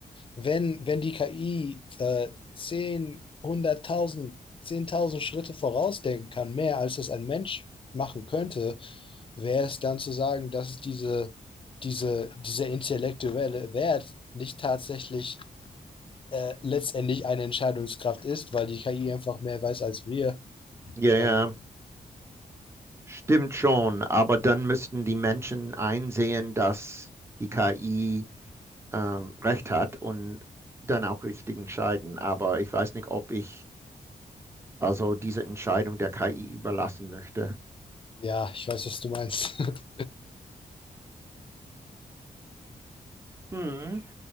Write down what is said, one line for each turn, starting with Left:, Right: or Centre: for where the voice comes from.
Left: wenn, wenn die KI äh, 10, 100.000, 10.000 Schritte vorausdenken kann, mehr als das ein Mensch machen könnte, wäre es dann zu sagen, dass es diese, diese, dieser intellektuelle Wert nicht tatsächlich äh, letztendlich eine Entscheidungskraft ist, weil die KI einfach mehr weiß als wir.
Right: Ja, ja.
Left: Ähm,
Right: Stimmt schon, aber dann müssten die Menschen einsehen, dass die KI ähm, recht hat und dann auch richtig entscheiden. Aber ich weiß nicht, ob ich also diese Entscheidung der KI überlassen möchte.
Left: ja, ich weiß, was du meinst. <laughs>
Right: Hm,